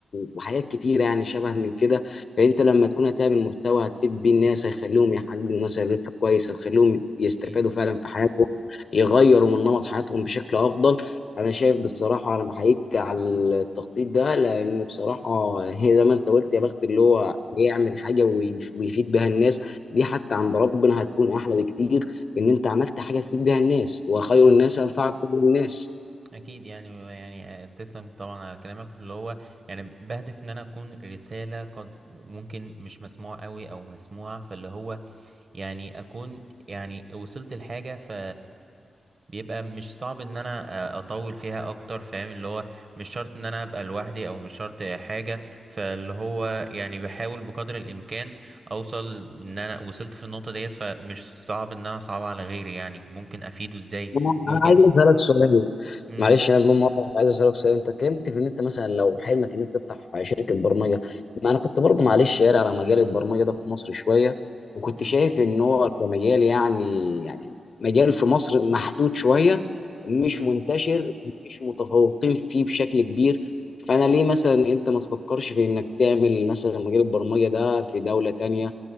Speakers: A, on the left (about 45°); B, on the right (about 35°).
A: وحاجات كتيره يعني شبه من كده فانت لما تكون هتعمل محتوى هتفيد بيه الناس هيخليهم يحققوا مثلا ربح كويس هيخليهم يستفادوا
B: أكيد
A: فعلا في حياتهم يغيروا من نمط حياتهم بشكل افضل انا شايف بصراحه انا بحييك على التخطيط ده لان بصراحه هي زي ما انت قلت
B: مم.
A: يا بخت اللي هو يعمل حاجه ويف- ويفيد بها الناس دي حتى عند ربنا هتكون احلى بكتير ان انت عملت حاجه تفيد بها الناس وخير
B: مم.
A: الناس انفعكم للناس
B: أكيد يعني يعني تسلم طبعا على كلامك اللي هو يعني بهدف إن أنا أكون رسالة قد ممكن مش مسموع قوي أو مسموع فاللي هو يعني اكون يعني وصلت لحاجة ف بيبقى مش صعب ان انا أ- اطول فيها اكتر فاهم اللي هو مش شرط ان انا ابقى لوحدي او مش شرط حاجة فاللي هو يعني بحاول بقدر الامكان اوصل ان انا وصلت في النقطة ديت فمش صعب ان انا اصعب على غيري يعني ممكن افيده ازاي
A: انا
B: ممكن
A: أنا عايز اسالك سؤال
B: مم.
A: معلش انا بدون مقاطعه عايز اسالك سؤال انت اتكلمت في ان انت مثلا لو حلمك ان انت تفتح شركه برمجه ما انا كنت برضه معلش قاري على مجال البرمجه ده في مصر شويه وكنت
B: مم.
A: شايف ان هو كمجال يعني يعني مجال في مصر محدود شويه مش
B: مم.
A: منتشر مش متفوقين فيه بشكل كبير فانا ليه مثلا انت ما تفكرش في انك تعمل مثلا مجال البرمجه ده في دوله تانية